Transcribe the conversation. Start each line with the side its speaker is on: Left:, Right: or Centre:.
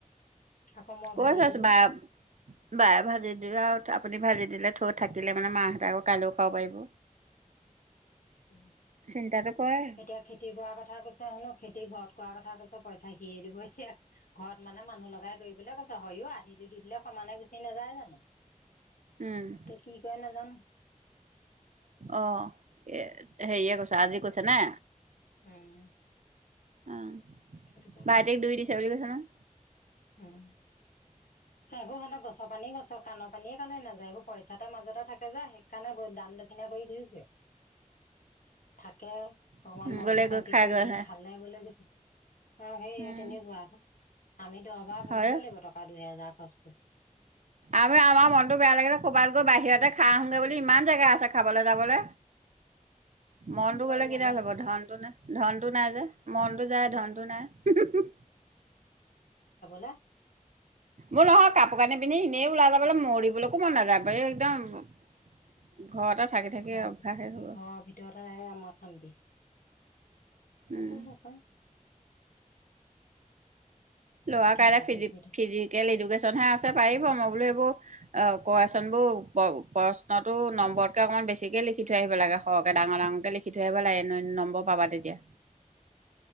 Left: আকৌ মই
Right: কৈছে
Left: ভাজি দিলোঁ
Right: ছো বায়ে বায়ে ভাজি দিলে আৰু আপুনি ভাজি দিলে, চৰুত থাকিলে মানে মাহঁতে আকৌ কাইলৈও খাব পাৰিব।
Left: উম,
Right: চিন্তাটো কৰে
Left: এতিয়া খেতি কৰা কথা কৈছে হেনো খেতি ঘৰত কৰা কথা কৈছা পইচা সিয়ে দিব এতিয়া, ঘৰত মানে মানুহ লগাই কৰিবলৈ কৈছে, হয়ও আধিটো দি দিলে সমানে গুচি নাযায় জানো?
Right: উম
Left: কে কি কয় নাজানো।
Right: অ এ হেৰিয়ে কৈছে আজি কৈছে নে?
Left: উম।
Right: অঁহ।
Left: সেইটোকে
Right: ভাইতিক
Left: কলে
Right: দুই দিছে বুলি কৈছে নহয়।
Left: উম। সেইবোৰ সিহঁতৰ গছৰ পানি গছৰ কাণৰ পানীয়ে কানে নাযায়, সেইবোৰ পইচাতে মাজতে থাকে যে, সেইকাৰণে ব দান দক্ষিণা কৰি দি দিয়ে। থাকে অকমান
Right: নহয়
Left: মনটো
Right: গলে
Left: শান্তি
Right: গৈ খাই
Left: কৰিলে
Right: গৈ আহা
Left: সি থাল মাৰিবলৈ গৈছে। অ সেই
Right: উম
Left: তেনেুৱা আকৌ আমি অভাৱ
Right: হয়
Left: ভাবিবই লাগিব টকা দুহেজাৰ খৰচ কৰিবলে।
Right: আৰু আমাৰ মনটো বেয়া লাগিলে ক'ৰবাত গৈ বাহিৰতে খাই আহোগৈ বুলি ইমান জেগা আছে। খাবলৈ যাবলে, মনটো
Left: মন
Right: গলে কি
Left: নাযায়
Right: দাল হব ধনটো নাই, ধনটো নাই যে মনটো যায় ধনটো নাই।
Left: লে।
Right: মোৰ নহয় কাপোৰ কানি পিন্ধি এনেই ওলাই যাব বলে মৰিবলৈকো মন নাযায় এই একদম ঘৰতে থাকি থাকি
Left: ঘৰৰ
Right: অভ্যাসেই
Left: ভ
Right: হৈ গ'ল
Left: ঘৰৰ ভিতৰতে অহ আমাৰ শান্তি তাকেহে
Right: উম
Left: পায়
Right: ল'ৰা
Left: চিন্তা
Right: কাইলে ফিজ
Left: কৰি কৰি থাক
Right: ফিজিকেল এডুকেশ্যনহে আছে পাৰিব মই বোলো এইবোৰ অ কোৱাচোন বোৰ প্ৰশ্নটো নম্বৰতকে অকনমান বেছিকে লিখি থৈ আহিব লাগে সৰহকে ডাঙৰ ডাঙৰকে লিখি থৈ আহিব লাগে নম্বৰ পাবা তেতিয়া